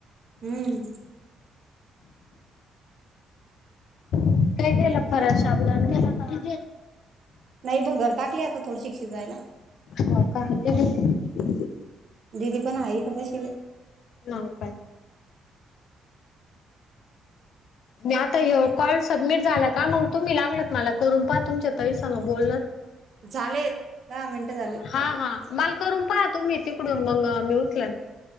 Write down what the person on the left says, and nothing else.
काय गेलं फरा श अवधान गेला का
हो का हते त
न का म आतायव कॉल सबमिट झा का मग तुम्ही लाग मला करून प तुमच्या त ब
हलून पाह ती डून मग मी उठला